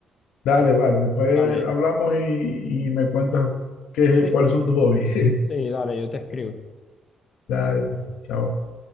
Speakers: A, on the left; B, on the left.
A: Dale, vale. Después
B: Dale,
A: hablamos y, y me cuentas qué,
B: sí,
A: cuáles son tus hobbies.
B: sí, dale, yo te escribo.
A: <laughs> Dale, pues. Chao.